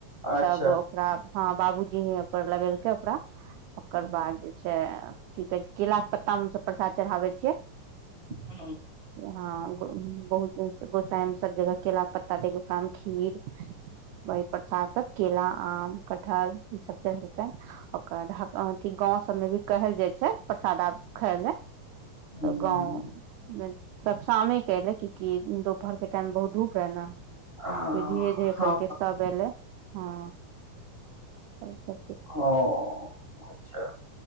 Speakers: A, on the right (about 25°); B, on the right (about 80°).
A: अच्छा
B: तब ओकरा हँ बाबूजी ही पर लगेलकै ओकरा ओकर
A: हूँ
B: बाद जे छै की कहै छै केलाके पत्ता हमसभ प्रसाद चढ़ाबै छियै
A: हँ ह
B: हँ बहुत गोसाईमे सब जगह केला पत्ता दे के ओकरामे खीर वही प्रसादसँभ केला आम कटहल ईसभ चढ़ेलकै ओकर बाद अथी गाँंव सबमे भी कहल जाइ छै प्रसाद आ खायल जाय
A: हूँ
B: तऽ गाँवमे सब शामेके एलै क कि दुपहरके टाइममे बहुत धूप रहै ने
A: हँ
B: फेर धीरे धीरे करके सभ अयलै हँ तब सबके
A: ओ अच्छा